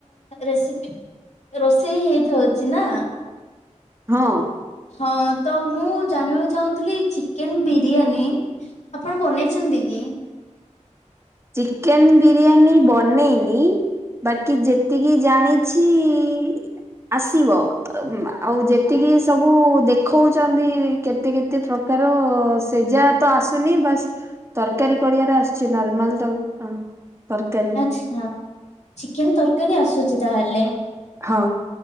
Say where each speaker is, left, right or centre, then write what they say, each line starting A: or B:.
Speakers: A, on the left; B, on the right.
A: ରେସିପି ରୋଷେଇ ହେଇଥାଉଚି ନା।
B: ହଁ।
A: ହଁ ତ ମୁଁ ଜାଣିବାକୁ ଚାହୁଁଥିଲି ଚିକେନ ବିରିୟାନୀ ଆପଣ ବନେଇଚନ୍ତି କି?
B: ଚିକେନ ବିରିୟାନୀ ବନେଇନି ବାକି ଯେତିକି ଜାଣିଛି ଇ ଆସିବ। ଅ ମ୍ ଆଉ ଯେତିକି ସବୁ ଦେଖଉଚନ୍ତି କେତେ କେତେ ପ୍ରକାର ସେଜାଏ ତ ଆସୁନି। ବାସ୍ ତରକାରୀ କରିବାର ଆସୂଚି। ନର୍ମାଲ ତ ଅ ତରକାରୀ।
A: ଆଛା। ଚିକେନ ତରକାରୀ ଆସୁଚି ତାହେଲେ?
B: ହଁ।